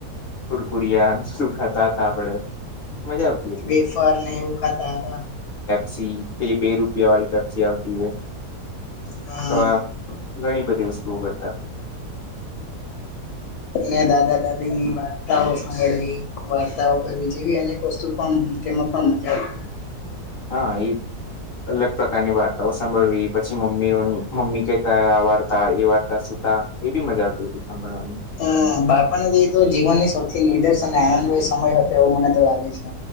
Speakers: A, on the left; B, on the left.
A: કુરકુરિયા સુું ખાતા હતા આપડે મજા આવતી હતી
B: વેફર ને એવું ખાતા હતા
A: છી પેલી બે રૂપિયા વાડી પેપ્સી આવતી આવા
B: હા
A: ઘણી બધી વસ્તુઓ કરતા
B: ને દાદા દાદી ની વાર્તાઓ સાંભળવી વાર્તાઓ કરવી જેવી અનેક વસ્તુ પણ તેમાં પણ મજા આવતી હતી
A: હા એ જ અલગ પ્રકારની વાર્તાઓ સાંભળવી પછી મમ્મીઓ મમ્મી કહેતા આ વાર્તા એ વાર્તા એ બી મજા આવતી હતી સાંભળવાની
B: હા બાળપાનાથી તો જીવનની સૌથી નિર્દર્શ અને આનંદય સમય હતો એવો મને તો લાગે છે